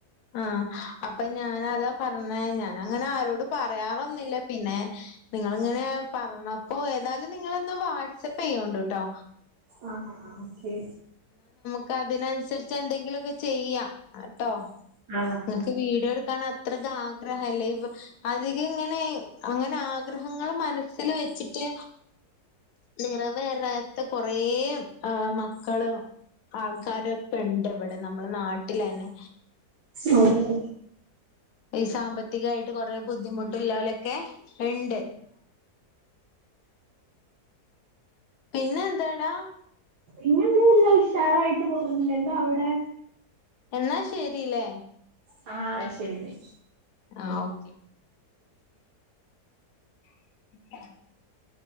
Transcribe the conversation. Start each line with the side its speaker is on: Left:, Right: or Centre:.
Left: ആ അപ്പൊ ഞാനതാ പറഞ്ഞ ഞാൻ അങ്ങനെ ആരോട് പറയാറൊന്നില്ല പിന്നെ നിങ്ങളിങ്ങനെ പറഞ്ഞപ്പൊ ഏതായാലും നിങ്ങളൊന്ന് വാട്സപ്പ് ചെയ്യൂണ്ടട്ടോ.
Right: ആ ഓക്കെ.
Left: ക്കതിനനുസരിച്ച് എന്തെങ്കിലൊക്കെ ചെയ്യാ ട്ടോ.
Right: ആഹ്
Left: ങ്ങക്ക് വീഡിയൊട്ക്കാന അത്രക്ക് ആഗ്രഹല്ലേ ഇവ് അധിക ങ്ങനെ അങ്ങനെ ആഗ്രഹങ്ങൾ മന സിൽ വെച്ചിട്ട് നിറവേറാ കൊറേ ആ മക്കള്. ആൾക്കാരൊക്കെ ണ്ട് ഇവിടെ നമ്മളെ നാട്ടിലെന്നെ.
Right: ആമീൻ
Left: ഈ സാമ്പത്തികായിട്ട് കൊറെ ബുദ്ധിമുട്ട്ല്ലോലക്കെ ഇണ്ട് പിന്നെന്താടാ
Right: പിന്നൊന്നുല്ല ഉഷാറായിട്ട് പോകുന്നുണ്ട് എന്താ അവിടെ
Left: എന്നാ ശരില്ലേ
Right: ആ ശെരി
Left: ആ ഓക്കെ <inaudible>